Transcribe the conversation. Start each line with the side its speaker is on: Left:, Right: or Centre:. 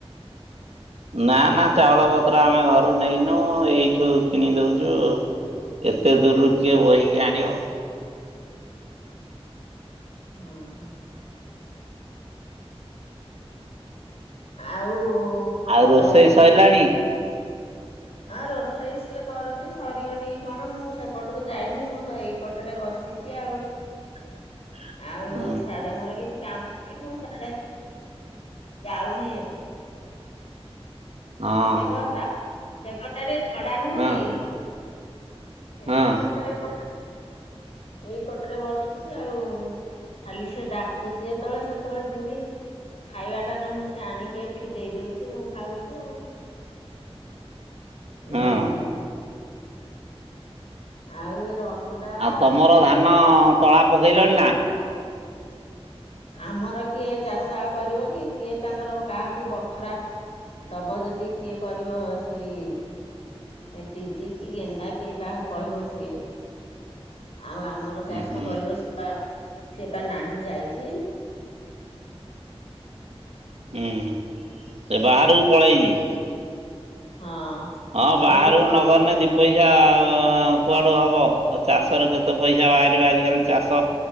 Right: ନା ନା ଚାଉଳ ପତ୍ର ଆମେ ଘରୁ ନେଇନୁ ଏଇଠୁ କିଣି ଦଉଛୁ। ଏତେ ଦୂରୁରୁ କିଏ ବୋହିକି ଆଣିବ?
Left: ହଁ। ଆଉ
Right: ଆଉ ରୋଷେଇ
Left: ରଜ
Right: ସଇଲାଣି?
Left: ଆଉ ରୋଷେଇ ସିଏ କରୁଛି ସରିବନି କି କଣ ମୁଁ ସେପଟକୁ ଯାଇନି ମୁଁ ତ ଏ ଏପଟରେ ବସିଛି ଆଉ
Right: <inaudible>
Left: ଆଉ
Right: ହୁଁ
Left: ସେଆଡେ ମୋର କିଛି କାମ ନାହିଁ ସେତେ ହେଲେ ଯାଉନି ଏତେ।
Right: ହଁ
Left: ସେ ଘରଟା ସେ ଘରଟା ଟିକେ ଛଡା ନୁହଁ
Right: ହଁ
Left: କି ସେଇଥି
Right: ହଁ
Left: ପାଇଁ ମତେ ତ ଏପଟେ। ଏଇପଟରେ ବସୁଛି ଆଉ ଖାଲି ସେ ଡାକୁଛି ଯେତେବେଳେ ସେତେବେଳେ ଯିମି ଖାଇବାଟା ନହେଲେ ସିଏ ଆଣିକି ଏଠି ଦେଇ ଦଉଛି ମୁଁ ଖାଉଛି ଆଉ
Right: ହଁ।
Left: ଏଇ ଆଉ ଏ ରନୁ ଟା
Right: ଆଉ
Left: ଆଜି
Right: ତମର
Left: ଖାଇବ
Right: ଧାନ ତଳା ପକେଇଲଣି ନା?
Left: ଆମର କିଏ ଚାଷ ଆଉ କରିବ କି କିଏ ତାଙ୍କର କାହାକୁ ବଖରା ଦବ ଯଦି କିଏ କରିବ ସେଇ ଏ ଟିଜି କି ଗେଣ୍ଡା କିଏ କାହାକୁ କହିବ ସିଏ ଆଉ ଆମର ତ
Right: ହୁଁ
Left: ଚାଷ
Right: ହୁଁ
Left: କରିବ ସେ ପା ସେ ପା ନାହିଁ ଯାଇଛି।
Right: ଉଁ ହୁଁ ଏ ବାହାରକୁ ପଳେଇଛି।
Left: ହଁ।
Right: ହଁ ବାହାରୁ
Left: ଆଉ ମୁଁ କଣ
Right: ନଗଲେ ନାହିଁ ଦି ପଇସା ଆଁ ଆଁ କୁଆଡୁ ହବ ଆ ଚାଷରେ କେତେ ପଇସା ବାହାରିବ ଆଜିିକାଲି ଚାଷ।